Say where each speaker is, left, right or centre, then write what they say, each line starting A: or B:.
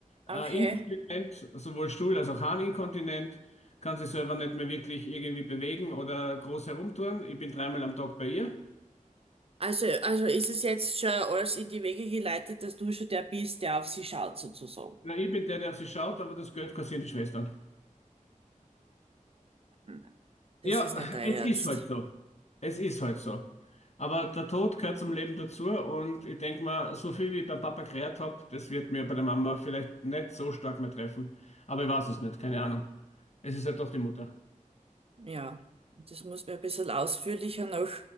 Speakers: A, on the right (about 45°); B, on the left (about 55°).
A: Okay.
B: äh, inkontinent, sowohl Stuhl- als auch Harninkontinent, kann sich selber nicht mehr wirklich irgendwie bewegen oder groß herumtouren. Ich bin dreimal am Tag bei ihr.
A: Also, also ist es jetzt schon alles in die Wege geleitet, dass du schon der bist, der auf sie schaut, sozusagen.
B: Na, ich bin der, der auf sie schaut, aber das Geld kassieren die Schwestern.
A: Mhm. Das
B: Ja,
A: ist nicht dein
B: es
A: Ernst.
B: ist halt so. Es ist halt so. Aber der Tod gehört zum Leben dazu und ich denke mal, so viel wie ich beim Papa gerät habe, das wird mir bei der Mama vielleicht nicht so stark mehr treffen. Aber ich weiß es nicht, keine Ahnung. Es ist halt doch die Mutter.
A: Ja, das muss mir ein bisschen ausführlicher noch,